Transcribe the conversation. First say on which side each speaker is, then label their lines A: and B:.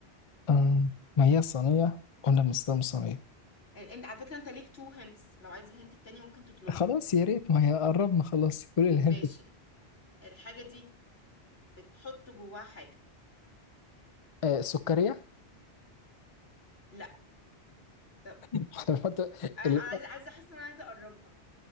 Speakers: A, on the left; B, on the left.
A: آم، ما هي صينية قلنا بنستخدم صينية
B: انت على فكرة انت ليك تو هنتس لو عايز الهنت التاني ممكن تطلبه
A: خلاص يا ريت ما هي قربنا خلاص قولي الهنت
B: ماشي الحاجة دي بتحط جواها حاجة
A: آه سكرية
B: لا طب
A: احنا بنحط
B: انا
A: اللي
B: أنا عايزة عايزة احس ان انا عايزة اقربها